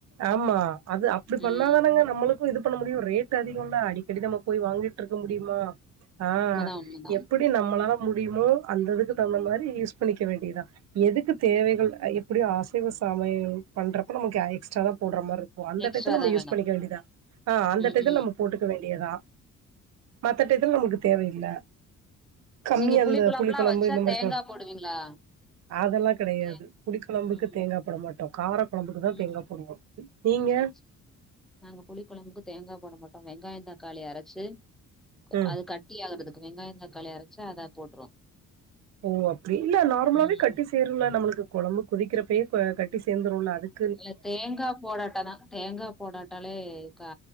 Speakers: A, on the right; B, in the centre.
A: ஆமா அது அப்டி
B: ம்
A: பண்ணாதானேங்க நம்ளுக் கு இது பண்ண முடியு ரேட் அதிகோந்தா அடிக்கடி நம்ம போய் வாங்கிட்ருக்க முடியுமா ஆ
B: சொல்லுங்க
A: எப்புடி நம்மளால முடியுமோ அந்ததுக்கு தகுந்த மாரி யூஸ் பண்ணிக்க வேண்டியதா எதுக்கு தேவைகள் எப்டியோ அசைவ சமையல் பண்றப்ப நமக்கு எக்ஸ்ட்ரா தா போட்ற மார்ருக் கு அந்த
B: எக்ஸ்ட்ரா
A: டைத்துல நம்ம
B: தா
A: யூஸ்
B: வேணு
A: பண்ணிக்க வேண்டியதா ஆ அந்த
B: ம்
A: டைதுல்
B: ம்
A: நமுக் போட்டுக்க வேண்டியதா மத்த டையத்துல நமக்கு தேவையில்ல கம்மியா
B: நீங்க
A: அந்த
B: குழம்புலா
A: புளி குழம்பு
B: வச்சா
A: இந்த மாரி
B: தேங்கா
A: பா
B: போடுவீங்களா
A: அதெல்லா கிடையாது
B: தே
A: புளி கொழம்புக்கு
B: ம்
A: தேங்கா போட மாட்டோ காரக் கொழம்புக்குதா
B: ம்
A: தேங்கா போடுவோ நீங்க
B: சேரி சேரி நாங்க புளி கொழம்புக்கு தேங்கா போட மாட்டோ வெங்காய தக்காளி அரச்சு
A: ம்
B: அது கட் டி ஆகற்துக்கு வெங்காய தக்காளி அரைச்சி அதா போட்டுறுவ
A: ஓ அப்டி இல்ல நார்மலாவே
B: ம்
A: கட்டி சேறுல நம்ளுக்கு கொழம்பு குதிக்கிறப்பே ப கட்டி சேந்துருல அதுக்
B: இல்ல தேங்கா போடாட்டதா தேங்கா போடாட்டாலே கா